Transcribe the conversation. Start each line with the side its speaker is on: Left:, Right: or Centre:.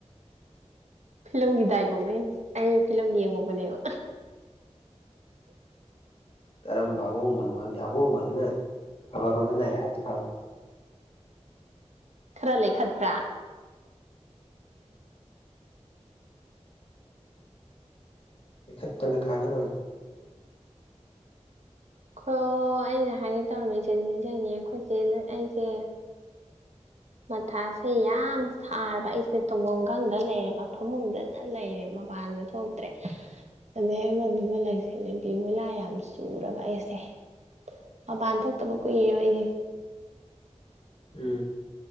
Right: ꯐꯤꯂꯝꯒꯤ ꯗꯥꯏꯂꯣꯛꯅꯦ ꯑꯩꯅ ꯐꯤꯂꯝ ꯌꯦꯡꯉꯨꯕꯅꯦꯕ
Left: ꯀꯔꯝꯕ ꯑꯍꯣꯡꯕꯅꯣ ꯈꯪꯗꯦ ꯑꯍꯣꯡꯕꯗꯨꯅ ꯑꯐꯕꯔꯣꯝꯗ ꯅꯥꯔꯛꯑꯗꯤ ꯐꯥꯕ
Right: ꯈꯔ ꯂꯩꯈꯠꯄ꯭ꯔꯥ
Left: ꯂꯩꯈꯠꯞꯅ ꯀꯥꯟꯅꯔꯣꯏꯗ
Right: ꯈꯣ ꯑꯩꯅ ꯍꯥꯏꯒꯦ ꯇꯧꯔꯝꯃꯤꯁꯦ ꯅꯤꯡꯖꯡꯉꯛꯑꯦ ꯈꯣꯏ ꯏꯆꯦꯅ ꯑꯩꯁꯦ ꯃꯊꯥꯁꯦ ꯌꯥꯝ ꯁꯥꯔꯕ ꯑꯩꯁꯦ ꯇꯧꯐꯝ ꯈꯪꯗ ꯂꯩꯔꯕ ꯐꯃꯨꯡꯗꯗ ꯂꯩꯔꯦ ꯃꯄꯥꯟꯗ ꯊꯣꯛꯇ꯭ꯔꯦ ꯑꯗꯩ ꯑꯃꯗꯨꯒ ꯂꯩꯁꯜꯂꯦ ꯕꯤꯕꯨꯂꯥ ꯌꯥꯝ ꯆꯨꯔꯕ ꯑꯩꯁꯦ ꯃꯄꯥꯟ ꯊꯣꯛꯇꯕ ꯀꯨꯏꯔꯕ ꯑꯩꯁꯦ
Left: ꯎꯝ